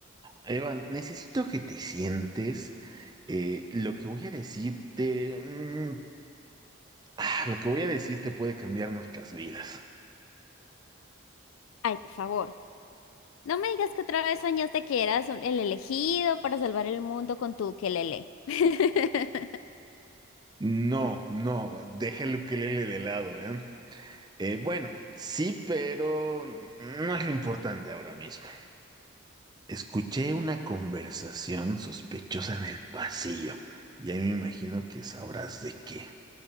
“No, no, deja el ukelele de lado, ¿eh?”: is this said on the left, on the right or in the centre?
Right